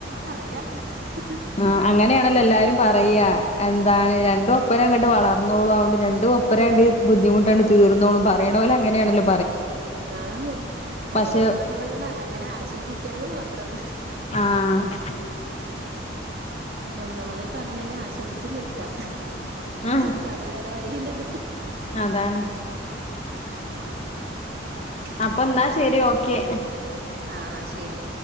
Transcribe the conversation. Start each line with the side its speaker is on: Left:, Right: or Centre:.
Right: ഏയാ ഹ് ഹ്
Left: ആ അങ്ങനെയാണല്ലോ എല്ലാരും പറയാ എന്താണ് രണ്ട് ഒപ്പരം അങ്ങട്ട് വളർന്നോളു അുകൊണ്ട് രണ്ട് ഒപ്പരം ണ്ട് ബുദ്ധിമുട്ടാണ് തീർന്നോള്ളും പറയണോലെ ങ്ങനാണല്ലോ
Right: ആ ആന്ന്
Left: പക്ഷെ
Right: അതുപോലെ നമ്മളങ്ങനെ അങ്ങനെ ആശ്വസിക്കാന്ന് മാത്രം
Left: ആഹ്
Right: സ്വന്തമായി പറഞ്ഞെങ്കിൽ ആശ്വസിച്ചു നിൽക്കാം
Left: ഉം
Right: അല്ലാതെ വേറെ വഴിയില്ലല്ലോ
Left: അതാണ്
Right: <inaudible>
Left: അപ്പൊ ന്നാ ശരി ഓക്കെ
Right: ആ ശരി